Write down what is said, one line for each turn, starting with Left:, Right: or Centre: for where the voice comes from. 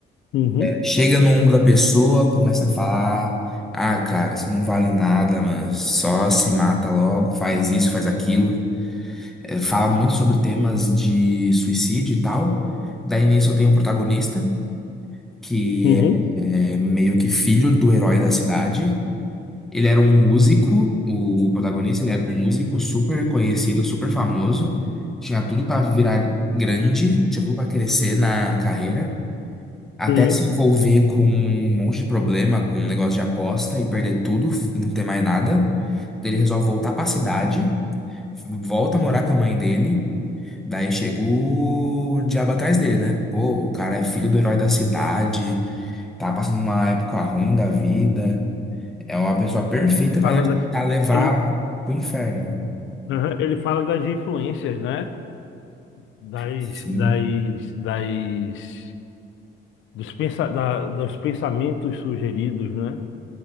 Left: uhum,
Centre: Chega no ombro da pessoa, começa a falar: Ah, cara, você não vale nada, mano. Só se mata logo, faz isso, faz aquilo. É, fala muito sobre temas de suicídio e tal. Daí nisso tem um protagonista que
Left: uhum,
Centre: é é meio que filho do herói da cidade. Ele era um músico, o protagonista, ele era um músico super conhecido, super famoso, tinha tudo pra virar grande, tinha tudo pra crescer na carreira, até
Left: sim.
Centre: se envolver com um monte de problema, com um negócio de aposta e perder tudo, f- não ter mais nada. Daí Ele resolve voltar pra cidade, volta a morar com a mãe dele, daí chega o diabo atrás dele, né? Pô, o cara é filho do herói da cidade, tá passando uma época ruim da vida. É uma pessoa perfeita
Left: Fala
Centre: para nós
Left: das,
Centre: tentar levar
Left: ele,
Centre: pro inferno.
Left: Aham, ele fala das influências, né? Das,
Centre: Sim,
Left: das, das dos, pensa, da- dos pensamentos sugeridos, né?